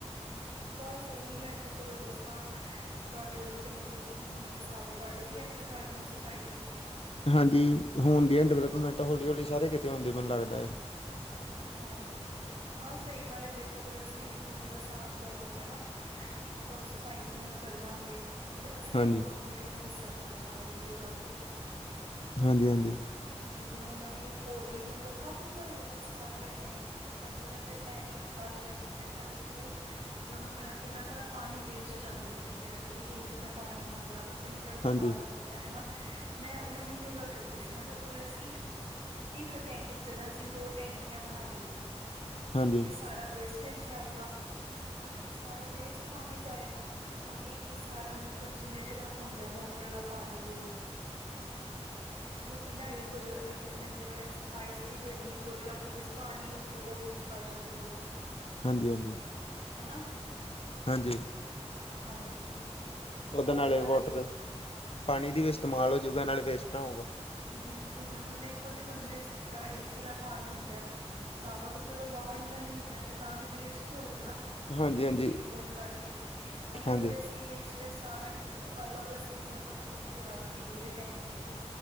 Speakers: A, on the right; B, on the left.
A: ਬਸ ਇਹੀ ਮੈਂ ਕਿਹਾ ਚਲੋ ਦੱਸਾਂ ਤੁਹਾਡੇ ਉੱਥੇ ਮਲਬ ਕੀ ਹਿਸਾਬ ਹੈ ਤੁਹਾਡੇ ਵੀ ਏਦਾਂ ਕਰ ਰਹੇ ਨੇ ਸੁਸਾਇਟੀ ਚ
B: ਹਾਂਜੀ ਹੋਨ ਦੀ ਹੈ ਡਿਵੈਲਪਮੈਂਟ ਹੌਲੀ ਹੌਲੀ ਸਾਰੇ ਕਿਤੇ ਹੋਣ ਦੀ ਮੈਨੂੰ ਲਾਗਦਾ ਏ
A: ਹਾਂ ਹਾਂ ਸਹੀ ਗੱਲ ਹੈ ਦੇਖੋ ਅਗਰ ਅਸੀਂ ਇੱਕ ਦੂਜੇ ਦਾ ਸਾਥ ਦਵਾਂਗੇ ਨਾ ਅ ਸੁਸਾਇਟੀ ਨਾਲ ਚੱਲਾਂਗੇ ਫੇਰ ਅਸੀਂ
B: ਹਾਂਜੀ,
A: ਵੀ ਇੱਕ ਕਮਿਊਨਿਟੀ ਦਾ ਹਿੱਸਾ ਬਨ ਪਾਵਾਂਗੇ ਅੱਗੇ ਜਾ ਕੇ
B: ਹਾਂਜੀ ਹਾਂਜੀ
A: ਜਿਵੇਂ ਹੁਨ ਉਹਨਾਂ ਨੇ ਇੱਕ ਹੋਰ ਵੀ ਮਤਲਬ ਕਾਫੀ ਸਾਰੇ ਰੁਲਸ ਕੱਢ ਰਹੇ ਨੇ ਪਰ ਜਿਵੇਂ ਫੇਰ ਮੈਂ ਨੀ ਇੱਕ ਗੱਲ ਰੱਖੀ ਮੈਂ ਕਿਹਾ ਦੇਖੋ ਜਿਵੇਂ ਹੁਨ ਸਾਡਾ ਕਿੰਨਾ ਸਾਰਾ ਪਾਨੀ ਵੇਸਟ ਜਾਂਦਾ ਇੱਕ ਤਰੀਕੇ ਦਾ ਜਿਵੇਂ ਏਸੀ ਦਾ ਪਾਨੀ ਹੋ ਗਿਆ ਫਿਲਟਰ ਦਾ
B: ਹਾਂਜੀ,
A: ਪਾਨੀ
B: ਹਾਂਜੀ,
A: ਹੋ ਗਿਆ ਹੈਨਾ ਮੈਂ ਉਹਨਾਂ ਨੂੰ ਇਹੋ ਗੱਲ ਰੱਖੀ ਸੀ ਮੈਂ ਕਿਹਾ ਅਗਰ ਅਸੀਂ ਇੱਕ ਟੈਂਕੀ ਦੀ ਜਗ੍ਹਾ ਅਸੀਂ ਦੋ ਟੈਂਕੀਆਂ ਬਨਾ ਲਈਏ
B: ਹਾਂਜੀ,
A: ਇੱਕ ਇਚ ਸਾਰਾ ਵੇਸਟ ਜਾਏਗਾ ਇੱਕ ਇਚ ਸਾਰਾ ਵੇਸਟ ਪਾਨੀ ਜਾਏਗਾ ਔਰ ਇੱਕ ਇਚ ਸਾਰਾ ਮਤਲਬ ਜਿਵੇਂ ਜਿਹੜਾ ਹੁੰਦਾ ਮੋਟਰ ਵਾਲਾ ਪਾਨੀ ਯੂਜ਼ ਦੇਖੋ ਕਿੰਨਾ ਈਜ਼ੀ ਹੋ ਜੇਗਾ ਅਗਰ ਕਿਸੇ ਨੇ ਜਿਵੇਂ ਸਫਾਈ ਸਫੁਈ ਕਰਨੀ ਇਥੋਂ ਜਿਹੜਾ ਪਾਨੀ ਤੁਸੀਂ ਉਹ ਯੂਜ ਕਰ ਸਕਦੇ ੳ
B: ਹਾਂਜੀ ਹਾਂਜੀ
A: ਹੈਨਾ
B: ਹਾਂਜੀ
A: ਹਾਂਜੀ
B: ਉਹਦੇ
A: ਹੋਰ
B: ਨਾਲੇ
A: ਤੁਹਾਡੇ
B: ਵਾਟਰ ਪਾਣੀ ਦੀ ਵੀ ਇਸਤੇਮਾਲ ਹੋਜੂਗਾ ਨਾਲੇ ਵੇਸਟ ਨਾ ਹੋਊਗਾ
A: ਬਿਲਕੁਲ ਬਿਲਕੁਲ ਦੇਖੋ ਅਸੀਂ ਹੁਨ ਜਿਵੇਂ ਸਾਡਾ ਏ ਸੀ ਆਲਾ ਪਾਨੀ ਹੁੰਦਾ ਜਾਂਦਾ ਤਾਂ ਚਲੋ ਬਾਹਰ ਵਲ ਈ ਹੇਗਾ ਤਾਂ ਵੀ ਵੇਸਟ ਹੀ ਹੋ ਗਿਆ ਨਾ।
B: ਹਾਂਜੀ-ਹਾਂਜੀ,
A: ਇੱਕ ਇੱਕ ਬੂੰਦ ਕਰਕੇ ਅਈੳ
B: ਹਾਂਜੀ,
A: ਅਗਰ
B: ਹਾਂਜੀ,
A: ਅਸੀਂ ਵੇਸ ਤੇ ਸਾਰਾ ਇੱਕ ਅਲੱਗ ਅਸੀਂ ਮਲਬ ਉੱਤੇ ਰੱਖ ਦੀ ਏ ਟੈਂਕੀ ਜੀ